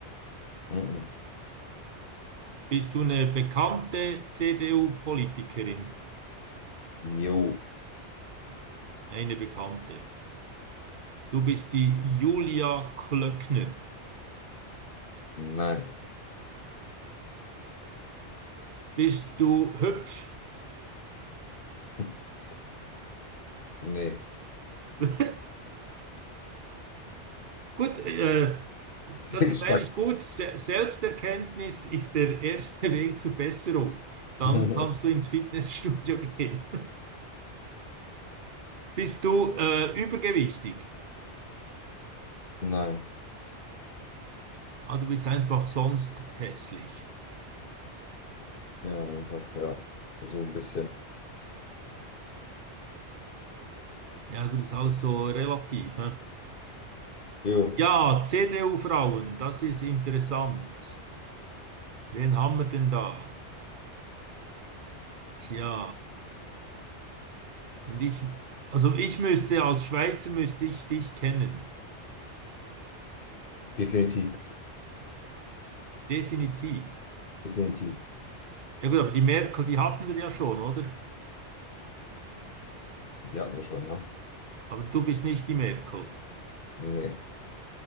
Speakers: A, on the left; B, on the right.
A: Mhm.
B: Bist du eine bekannte CDU-Politikerin?
A: Jo,
B: Eine bekannte. Du bist die Julia Klöckner.
A: nein.
B: Bist du hübsch?
A: <laughs> Nee.
B: <laughs> Gut, äh,
A: Sehr
B: das ist
A: Geschmack.
B: eigentlich gut. Se Selbsterkenntnis ist der erste <laughs> Weg zur Besserung. Dann
A: <laughs>
B: kannst du ins Fitnessstudio gehen. <laughs> Bist du äh, übergewichtig?
A: Nein.
B: Ah, du bist einfach sonst hässlich.
A: Ja, einfach, ja. So ein bisschen.
B: Ja, gut, das ist alles so relativ. Hä?
A: Jo,
B: Ja, CDU-Frauen, das ist interessant. Wen haben wir denn da? Tja, und ich, also ich müsste, als Schweizer müsste ich dich kennen.
A: definitiv.
B: Definitiv.
A: Definitiv.
B: Ja gut, aber die Merkel, die hatten wir ja schon, oder?
A: Die hatten wir schon, ja?
B: Aber du bist nicht die Merkel.
A: Nee.